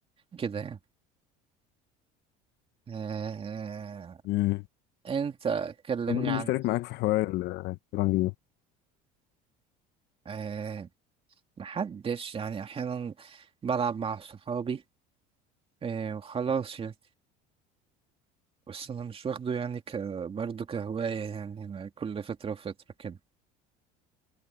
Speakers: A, on the right; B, on the left.
A: كده يعني آه
B: مم.
A: أنت كلمني
B: أنا برضو
A: عن
B: مشترك معاك في حوار الشطرنج ده.
A: آه محدش يعني أحيانا بلعب مع صحابي آه وخلاص يعني بس أنا مش واخده يعني ك برضه كهواية يعني أنا كل فترة وفترة كده